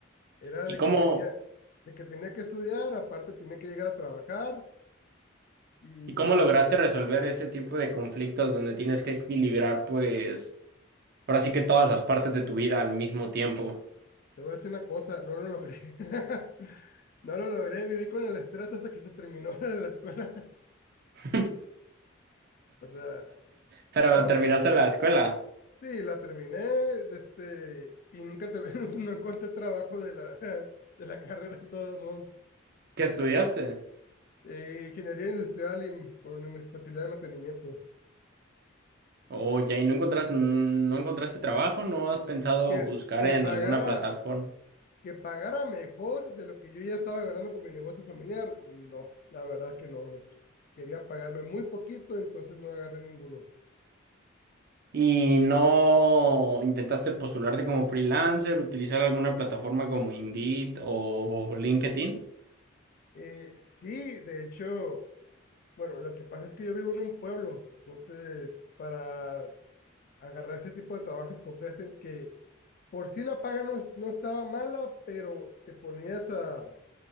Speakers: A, on the left (about 45°); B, on the right (about 50°).
A: era
B: ¿Y
A: de
B: cómo,
A: que tenía, de que tenía que estudiar, aparte tenía que llegar a trabajar. Y
B: y cómo
A: cuando,
B: lograste resolver ese tipo de conflictos donde tienes que equilibrar, pues Ahora sí que todas las partes de tu vida al mismo tiempo.
A: Te voy a decir una cosa, no lo logré. <laughs> No lo logré, viví con el estrés hasta que se terminó <laughs> la escuela.
B: <laughs>
A: O sea,
B: Pero
A: pa-
B: terminaste la escuela.
A: sí, la terminé, de este, y nunca te- <laughs> no encontré trabajo de la, <laughs> de la carrera, de todos modos.
B: ¿Qué estudiaste?
A: Me que- eh, ingeniería industrial y m- por mi especialidad de mantenimiento.
B: Oh, ya, ¿y no encontraste, no encontraste trabajo? ¿No has pensado
A: Que,
B: buscar
A: que
B: en
A: pagara,
B: alguna plataforma?
A: que pagara mejor de lo que yo ya estaba ganando con mi negocio familiar, no, la verdad es que no. Querían pagarme muy poquito, entonces no agarré ninguno.
B: ¿Y no intentaste postularte como freelancer, utilizar alguna plataforma como Indeed o LinkedIn?
A: Eh, sí, de hecho, bueno, lo que pasa es que yo vivo en un pueblo, entonces para agarrar ese tipo de trabajos que ofrecen, que por sí la paga no, es- no estaba mala, pero te ponías a,